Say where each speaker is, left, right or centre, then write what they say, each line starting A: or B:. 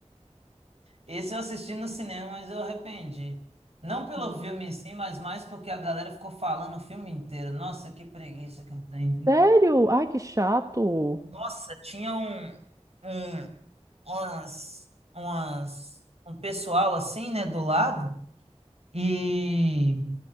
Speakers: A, on the right; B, on the right.
A: Esse eu assisti no cinema, mas eu arrependi. Não pelo
B: Hum.
A: filme em si, mas mais porque a galera ficou falando o filme inteiro. Nossa, que preguiça que eu tenho. viu?
B: Sério? Ai, que chato.
A: Nossa, tinha um, um, umas, umas, um pessoal assim, né, do lado. E